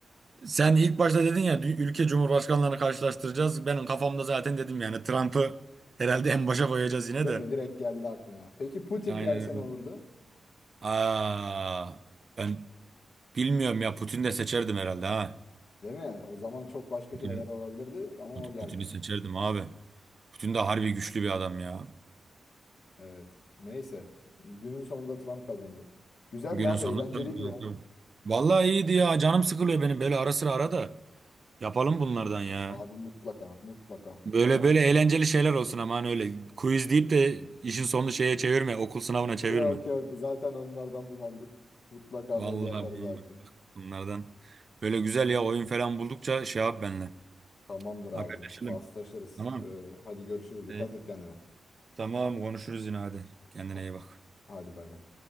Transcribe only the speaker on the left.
Değil
mi? Direkt geldi aklına. Peki Putin
gelse
ne olurdu?
Değil mi? O zaman çok başka
şeyler olabilirdi ama
o gelmedi.
Evet. Neyse. Günün sonunda Trump kazandı. Güzeldi
abi,
eğlenceliydi
ya.
Abi mutlaka, mutlaka.
Yok yok, zaten onlardan bunaldık. Mutlaka
böyle yaparız
abicim.
Tamamdır abicim.
Paslaşırız.
Ee, hadi görüşürüz. Dikkat
et kendine.
Ha-
Hadi bay bay.